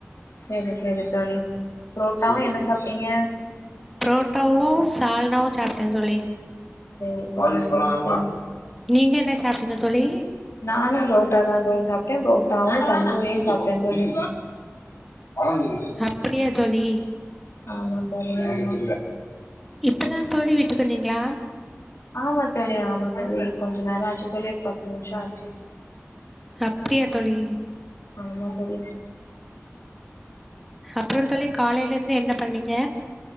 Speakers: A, on the left (about 65°); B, in the centre.
A: சேரி சேரி தோழி ப்ரோட்டாவு என்ன சாப்ட்டீங்க
B: ப்ரோட்டாவு சால்னாவு சாப்ட்டே தோழி
A: சேரி தோழி சேரி தோழி
B: நீங்க என்ன சாப்ட்டீங்க தோழி
A: நானு ப்ரோட்டா தா தோழி சாப்ட்டே ப்ரோட்டாவு தந்தூரியு சாப்ட்டே தோழி காளான் <unintelligible>
B: அப்டியா தோழி
A: ஆமா தோழி ஆமா
B: இப்ப தா தோழி வீட்டுக் வந்தீங்ளா
A: ஆமா தோழி ஆமா தோழி கொஞ்சொ நேரொ ஆச்சு தோழி பத்து நிமிஷொ ஆச்சு
B: அப்டியா தோழி
A: ஆமா தோழி
B: அப்புறோ தோழி காலைல இருந்து என்ன பண்ணீங்க